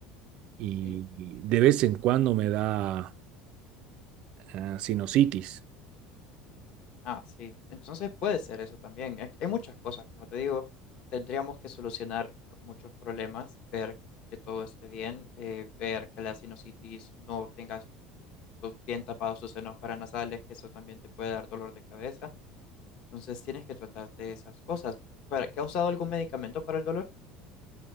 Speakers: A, on the right; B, on the left.
A: y,
B: Sí.
A: y de vez en cuando me da ah, sinusitis.
B: Ah, sí. Entonces puede ser eso también. Es- Hay muchas cosas, como te digo, tendríamos que solucionar muchos problemas, ver que todo esté bien, eh, ver que la sinusitis no tengas to- bien tapados sus senos paranasales, que eso también te puede dar dolor de cabeza. Entonces tienes que tratar de esas cosas. ¿Para, ¿qué has usado algún medicamento para el dolor?